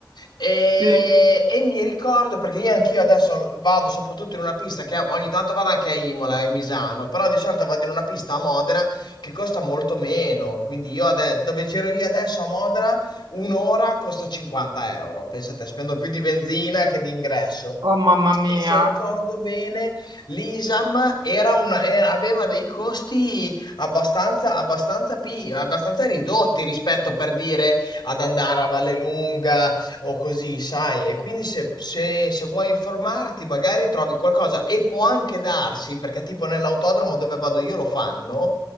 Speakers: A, on the left; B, on the right.
A: E,
B: Sì.
A: e mi ricordo perché io anch'io adesso l- vado soprattutto in una pista che ogni tanto vado anche a Imola e a Misano, però di solito vado in una pista a Modena che costa molto meno. Quindi io ade- dove giro io adesso a Modena, un'ora costa 50 euro. Pensate, spendo più di benzina che di ingresso.
B: Oh mamma mia.
A: E se ricordo bene, l'ISAM era una- era- aveva dei costi abbastanza, abbastanza, pi- abbastanza ridotti rispetto per dire ad andare a Vallelunga o così, sai? E quindi se, se- se vuoi informarti, magari trovi qualcosa e può anche darsi, perché tipo nell'autodromo dove vado io lo fanno,